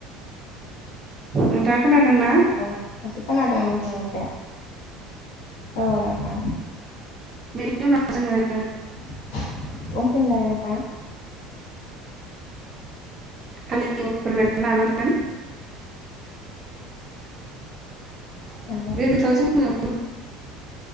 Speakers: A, on the right (about 25°); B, on the left (about 75°).
A: नोंथाङा खोना दों ना?
B: औ दासो खोनादों नोंथांनिखौ औ नोंथां
A: बेनि उनाव जोंङो
B: <unintelligible> फोनलाय नोथां <inaudible>
A: <unintelligible> लानांगोन
B: औ
A: बे <unintelligible> <unintelligible>